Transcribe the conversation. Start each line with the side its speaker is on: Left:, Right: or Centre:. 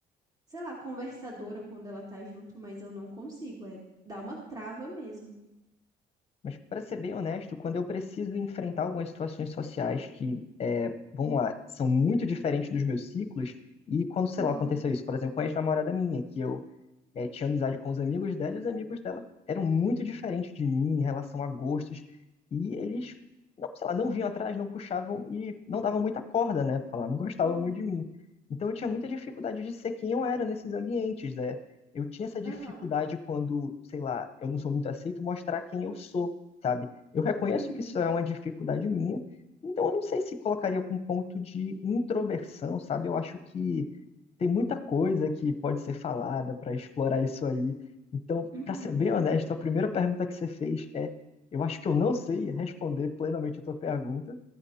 Right: sei lá, conversadora quando ela tá junto, mas eu não consigo. É, dá uma trava mesmo.
Left: Mas para ser bem honesto, quando eu preciso enfrentar algumas situações sociais que, vamos lá, são muito diferentes dos meus ciclos, e quando, sei
Right: Uhum,
Left: lá, aconteceu isso, por exemplo, com a ex-namorada minha, que eu eh, tinha amizade com os amigos dela e os amigos dela eram muito diferentes de mim em relação a gostos. E eles, não, sei lá, não vinham atrás, não puxavam e não davam muita corda, né? pra Falar, não gostavam
Right: uhum,
Left: muito de mim. Então eu tinha muita dificuldade de ser quem eu era nesses ambientes, né? Eu tinha essa dificuldade
Right: aham,
Left: quando, sei lá, eu não sou muito aceito, mostrar quem eu sou, sabe? Eu reconheço
Right: uhum,
Left: que isso é uma dificuldade minha, então eu não sei se colocaria com um ponto de introversão, sabe? Eu acho que tem muita coisa que pode ser falada para explorar isso aí. Então,
Right: uhum.
Left: para ser bem honesto, a primeira pergunta que você fez é: eu acho que eu não sei responder plenamente a tua pergunta,